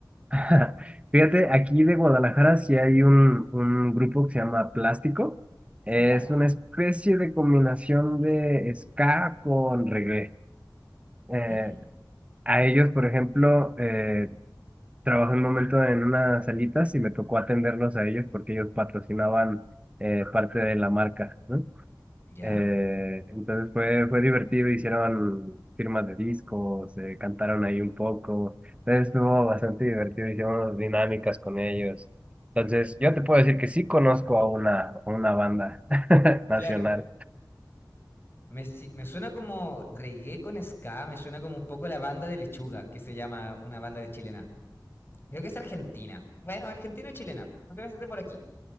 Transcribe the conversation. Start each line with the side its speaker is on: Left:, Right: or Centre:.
Right: <laughs> Fíjate, aquí de Guadalajara sí hay un, un grupo que se llama Plástico. Es
Left: ¿Ya?
Right: una especie de combinación de ska con reggae. Eh,
Left: Mm,
Right: a ellos, por ejemplo, eh, trabajé un momento en unas salitas y me tocó atenderlos a ellos porque ellos patrocinaban eh, parte de la marca, ¿no?
Left: ¿ya?
Right: Eh, entonces fue, fue divertido, hicieron firmas de discos, eh, cantaron ahí un poco. Entonces estuvo bastante divertido, hicimos dinámicas con ellos. Entonces yo te puedo decir que sí conozco a una, a una banda <laughs> nacional.
Left: Claro. Me, si- me suena como reggae con ska, me suena como un poco la banda de Lechuga, que se llama una banda de chilena. Creo que es argentina. Bueno, argentina o chilena. Creo que es de por aquí,